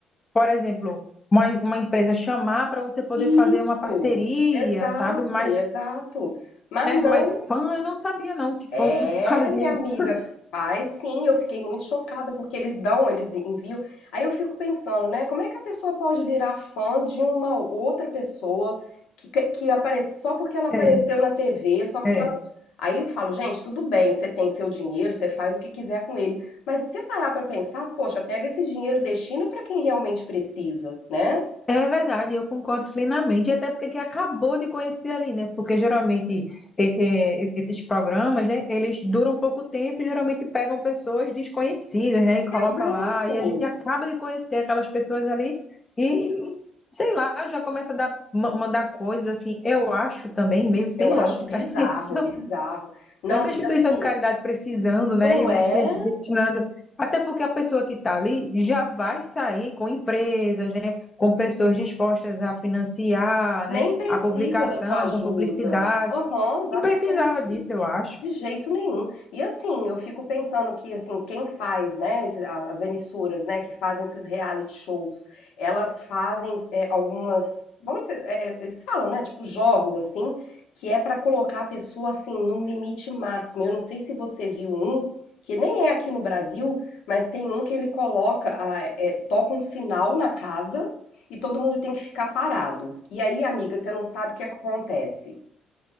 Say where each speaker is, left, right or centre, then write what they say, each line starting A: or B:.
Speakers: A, on the left; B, on the left.
A: por exemplo, uma, uma empresa chamar para você poder
B: Isso,
A: fazer uma parceria,
B: exato,
A: sabe? Mas,
B: exato. Mas
A: né?
B: não,
A: Mas fã eu não sabia não que
B: é,
A: fã <laughs> fazia
B: minha amiga,
A: isso.
B: faz sim. Eu fiquei muito chocada porque eles dão, eles enviam. Aí eu fico pensando, né? Como é que a pessoa pode virar fã de uma outra pessoa que, que que aparece só porque ela apareceu
A: É,
B: na TV, só porque
A: é.
B: ela. Aí eu falo, gente, tudo bem, você tem seu dinheiro, você faz o que quiser com ele. Mas se você parar pra pensar, poxa, pega esse dinheiro e destina pra quem realmente precisa, né?
A: É verdade, eu concordo plenamente, E até porque que acabou de conhecer ali, né? Porque geralmente é, é, es- esses programas, né, eles duram pouco tempo e geralmente pegam pessoas desconhecidas, né, e coloca
B: Exato.
A: lá, e a gente acaba de conhecer aquelas pessoas ali e, e, sei lá, já começa a dar, ma- mandar coisas assim, eu acho também meio sem
B: Eu acho
A: lógica
B: bizarro,
A: <laughs> isso,
B: bizarro. Não,
A: tanta
B: e
A: instituição
B: assim,
A: de caridade precisando, né?
B: não
A: E você
B: é,
A: destinando. Até porque a pessoa que está ali já vai sair com empresas, né? Com pessoas dispostas a financiar,
B: nem
A: né?
B: precisa
A: A publicação,
B: da tua ajuda.
A: com publicidade.
B: Aham, exatamente.
A: E precisava disso, eu acho.
B: De jeito nenhum. E assim, eu fico pensando que assim, quem faz, né, esse- a- as emissoras, né, que fazem esses reality shows, elas fazem é, algumas, vamos dizer, é, é, eles falam, né, tipo jogos assim, que é pra colocar a pessoa assim num limite máximo. Eu não sei se você viu um, que nem é aqui no Brasil, mas tem um que ele coloca, a- é, toca um sinal na casa e todo mundo tem que ficar parado. E aí, amiga, você não sabe o que acontece.